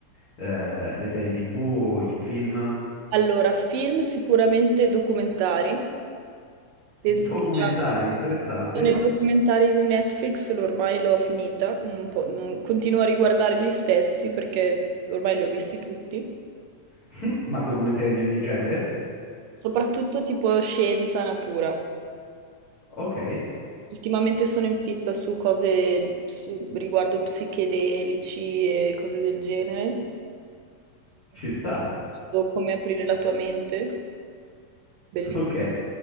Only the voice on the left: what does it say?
eh, le serie TV o i film?
Documentari,
interessante.
<laughs> Ma documentari di ogni genere?
Ok,
ci
sta.
Ok.